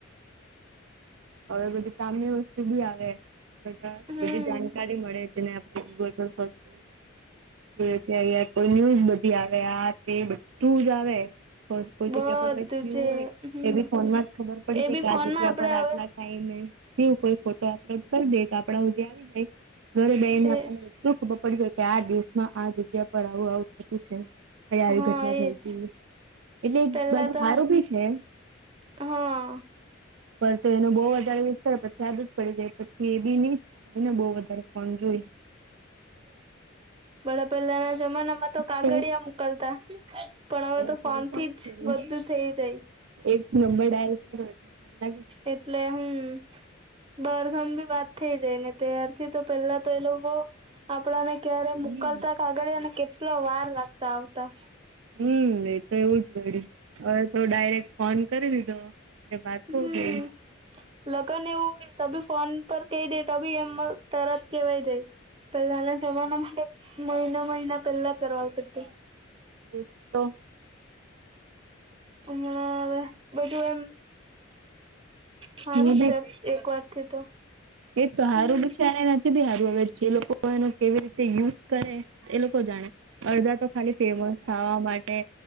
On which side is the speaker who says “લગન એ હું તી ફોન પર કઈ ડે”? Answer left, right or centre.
Right